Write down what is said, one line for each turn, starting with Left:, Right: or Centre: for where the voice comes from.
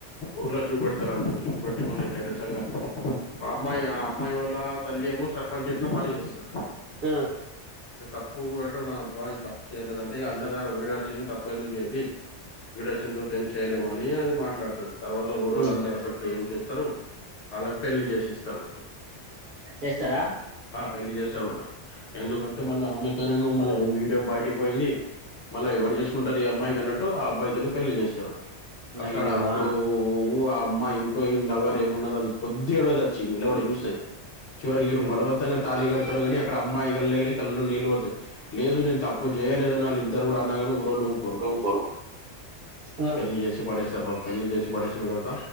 Left: ఊర్లో చూపెడతారు అందరి చూపెట్టి మళ్లి ఇట్లాన్టీ సంగతి ఆ అమ్మాయి ఆ అమ్మాయి వాల్ల తల్లి ఏమో సర్పంచ్ ఇంట్లో పని చేస్తది
Right: ఆ
Left: తప్పు ఎటున్నది అబ్బా ఈ తప్పు చేయలేదు అంటే ఇ అందరి దగ్గర వీడియో వచ్చింది తప్ప ఎందుకు చేయది వీడు వచ్చిన తర్వాత ఏం చేయలేమని అది మాట్లాడుతది తర్వాత ఊరోళ్లందరూ
Right: ఆ
Left: అక్కడ ఏం చేత్తరు వాళ్ళకి పెళ్లి చేసేస్తారు
Right: చేస్తారా
Left: పెళ్లి చేస్తరు ఎందుకంటే మళ్ళీ ఆమెతో నువ్వు మళ్ళ వీడియో బయటికి పోయింది మళ్ళ ఎవరు చేసుకుంటారు ఈ అమ్మాయికి అన్నట్టు ఆ అబ్బాయితో నే పెళ్లి చేస్తారు అక్కడ
Right: అయ్యో
Left: అప్పుడు
Right: ఆ
Left: ఊ్ ఆ అమ్మా ఇంకో ఇం లవర్ ఏము ఉన్నో అది కొద్ది ఏడోది వచ్చి నిలబడి చూస్తది చివరికిీడు
Right: అయ్యో
Left: బలవంతంగా తాళి కడతడు కానీ అక్కడ అమ్మాయి కళ్ళలి కళ్ళు నీళ్లు పో లేదు నేను తప్పు చేయలేదని వాళ్ళు ఇద్దరు కూడా అన్నగలు ఊరోళ్ళు ఊరుకోరు
Right: సూపరు ఆ
Left: పెళ్లి చేసి పడేస్ తర్ బ పెళ్లి చేసి పడేసిన తర్వాత